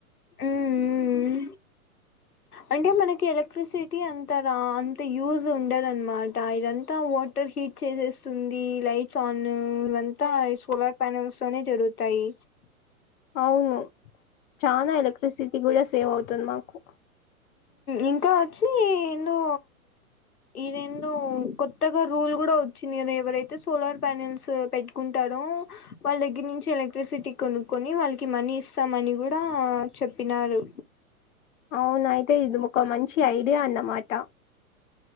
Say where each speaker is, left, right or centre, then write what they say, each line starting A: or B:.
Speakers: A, on the left; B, on the left.
A: మ్మ్ అంటే మనకి ఎలక్ట్రిసిటీ అంత రా అంత యూజ్ ఉండద అనమాట ఇదంతా వాటర్ హీట్ చేసేస్తుంది లైట్స్ ఆన్ ఇదంతా సోలార్ ప్యానల్స్ లోనే జరుగుతాయి
B: అవును చా ఎలక్ట్రసిటీ కూడా సేవ్ అవుతుంది మాకు
A: ఇంకా వచ్చి ఏందుో ఇదిేందుో కొ ఎక రుల్ కూడా వచ్చింది కద ఎవరైతే సోలార్ ప్యానెల్స్ పెట్టుకుంటారో వాళ్ళ దగ్గర నుంచి ఎలక్ట్రిసిటీ కొనుకుొని వాళ్ళకి మనీ ఇస్తామ అని కూడా చెప్పినారు
B: అవున అయితే ఇది ఒక మంచి ఐడియా అన్నమాట